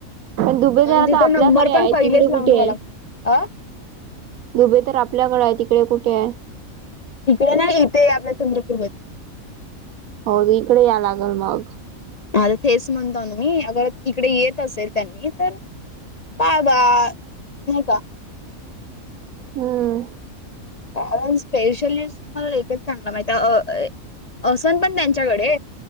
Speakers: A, on the right; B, on the left.
A: पण दुबेदार
B: आणि तिचा
A: आता आपल्याकडे
B: नंबर पण
A: आहे
B: पहिलेच
A: तिकडे
B: लावून
A: कुठे
B: ठवा
A: आहे
B: लागत अ
A: दुबे तर आपल्याकडें आहे तिकडे कुठे आहे.
B: तिकडे ना येते आपल्या चंद्रपूर मध्ये
A: हो इकडे या लागल मग
B: आता तेच म्हणता ना मी अगर इकडे येत असेल त्यांनी तर पाय बा नका.
A: हम्म
B: कारण स्पेशली तुम्हालालेच चांगला माहि अस पण डे